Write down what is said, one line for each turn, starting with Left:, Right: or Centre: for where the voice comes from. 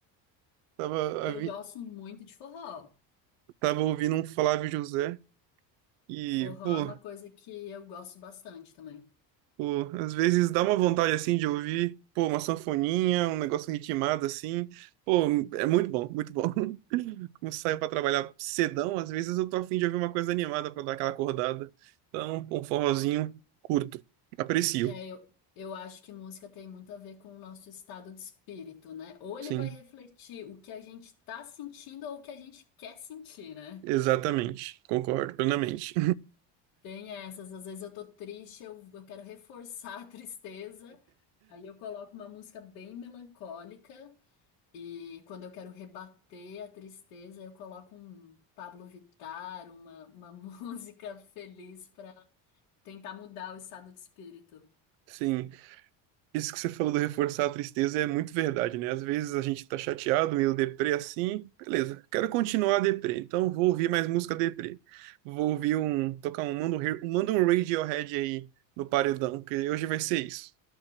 Right: Tava,
Left: Eu
Right: a
Left: gosto muito de forró.
Right: tava ouvindo um Flávio José e,
Left: Forró
Right: pô,
Left: é uma coisa que eu gosto bastante também.
Right: pô, às vezes dá uma vontade assim de ouvir, pô, uma sanfoninha, um negócio ritmado assim. Pô, é muito bom, muito bom. <laughs> Como saio pra trabalhar cedão, às vezes eu tô afim de ouvir uma coisa animada pra dar aquela acordada. Então, um forrozinho curto. Aprecio.
Left: É, eu, eu acho que música tem muito a ver com o nosso estado de espírito, né? Ou ele
Right: Sim,
Left: vai refletir o que a gente tá sentindo ou o que a gente quer sentir, né?
Right: exatamente. Concordo plenamente.
Left: Tem essas, às vezes eu tô triste, eu, eu quero reforçar a tristeza, aí eu coloco uma música bem melancólica, e quando eu quero rebater a tristeza, eu coloco um Pablo Vittar, uma, uma <laughs> música feliz pra tentar mudar o estado de espírito.
Right: <laughs> Sim. Isso que você falou do reforçar a tristeza é muito verdade, né? Às vezes a gente tá chateado, meio deprê assim, beleza, quero continuar deprê, então vou ouvir mais música deprê. Vou ouvir um, tocar um, manda um, Ra- manda um Radiohead aí no paredão, que hoje vai ser isso.